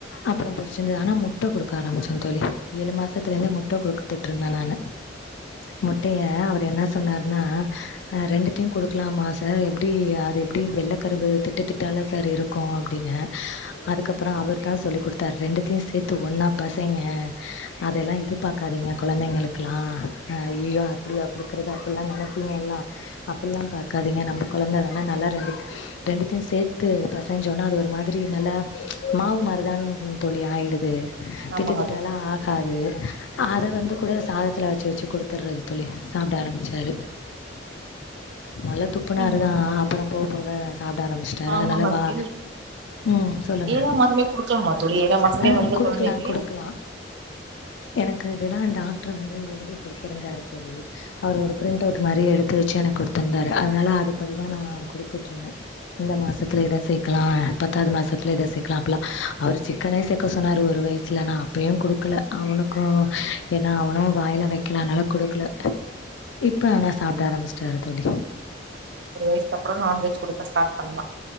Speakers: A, on the left (about 75°); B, on the right (about 65°).
A: அப்புறம் புடிச்சிருந்தது ஆனா மு முட்டை கொடுக்க ஆரம்பிச்சேன் ட்ட குடுக்க ஆரம்மிச்சன் தோழி ஏழு மாசத்துல இருந்து முட்டை கொடுத்துட்டு இருந்தேன் நான் முட்டய அவர் என்ன சொன்னார் ஆ ரெண்டுத்தையும் கொடுக்கலாமா சார் எப்டி அது எப்டி வெள்ள கருவு திட்டுத்திட்டால சார் இருக்கும் அப்டினேன் அதுக்கப்றம் அவர் தான் சொல்லி் கொடுத்தாரு ரெண்டுத்தையும் சேத்து ஒன்னா பெசைங்க அதெல்லாம் இது பாக்காதீங்க கொழந்தைங்களுக்கெல்லாம் அய்யய்யோ அப்டியா கொடுக்றது அப்ட்ல்லாம் நெனப்பீங்க எல்லாம் அப்ட்ல்லாம் பாக்காதீங்க நம்ம கொழந்த தானா நல்லா ரெண்டு ரெண்டுத்தையும் சேத்து பெசைஞ்சோனா அது ஒரு மாதிரி நல்லா மாவு மாரிதான தோழி ஆயிடுது து திட்டுத்திட்டெல்லா
B: ஆமாங்க தோழி
A: ஆகாது அத வந்து கூட சாதத்துல வச்சு வச்சு குடுத்தறற்து தோழி சாப்ட ஆரம்ரச்சாரு மொல்ல துப்புனாருதா
B: ம்
A: அப்பறோ போ போல சாப்ட ஆரம்ச்சிட்டாரு
B: ஆமாங்க
A: அதனால வா
B: இல்
A: உம் சொல்லுங்க
B: ஏழாம் மாசமே குடுக்கலாமா தோழி ஏழாம் மாசமே
A: ஆ
B: வந்து
A: குடுக்கலா
B: கொழந்தைக்கு
A: குடுக்கலா எனக்கு அதுலா டாக்டரு வந்து எழுதி குடுத்திருந்தாரு தோழி அவரு ஒரு ப்ரிண்ட்டவுட் மாரி எடுத்து வச்சு எனக்கு குடுத்திருந்தாரு அதனால அதுபடிதா நா குடுத்துட்டு இருந்தே இந்த மாசத்துல இத சேக்கலா பத்தாவது மாசத்துல இத சேக்கலா அப்ட்ல்லா அவரு சிக்கனே சேக்க சொ சொன்னாரு ஒரு வயசுல நா அப்பயு குடுக்கல அவனுக்கு ஏன்னா அவனு வாயில வக்கலனால குடுக்கல இப்ப ஆனா சாப்ட ஆரம்ச்சட்டாரு தோழி
B: ஒரு வயசுக்கு அப்றோ நான்வெஜ் குடுக்க ஸ்டார்ட் பண்ணலா